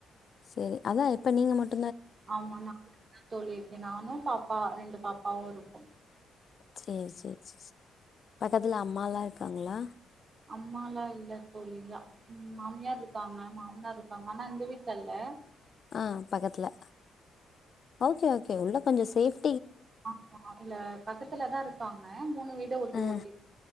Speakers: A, on the left; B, on the right.
A: சேரி அதா இப்ப நீங்க மட்
B: ஆமா நா மட்டுந்தா தோழி இருக்கே நானு பாப் பா ரெண்டு பாப்பாவு இருக்கோ
A: சேரி சேரி சே சே பகத்துல அம்மாலா இர்க்காங்களா
B: அம்மாலா இல்லே தோழி அம் மாம்யார் ருக்காங்கே மாம்னார் ருக்காங்கே ஆனா இந்த வீட்லே இல்லே
A: ஆ பக்கத்லே ஓகே ஓகே உள்ள கொஞ்சோ சேஃப்
B: ஆ <inaudible> இல்லே பக்கத்துலதா இருக்கா ஆ மூணு வீட ஒட்டி
A: ஆ
B: ஒட்டி